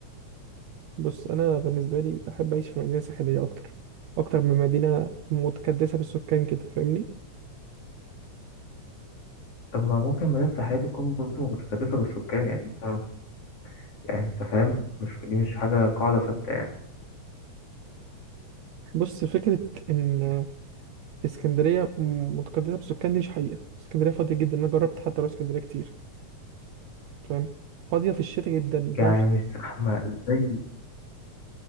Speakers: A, on the right; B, on the left.
A: بص انا بالنسبه لي احب اعيش في مدينه ساحليه اكتر اكتر من مدينه متكدسه بالسكان كده فاهمني
B: طب ما ممكن مدينة ساحلية دي تكون برضه متكدسة بالسكان يعني انت يعني انت فاهم مش دي مش حاجة قاعدة ثابتة يعني
A: بص فكره ان اسكندريه متكدسه بالسكان دي مش حقيقه اسكندريه فاضيه جدا انا جربت حتى اروح اسكندريه كتير فاهم فاضيه في الشتاء جدا انت
B: يعني
A: مش
B: مش زحمة زي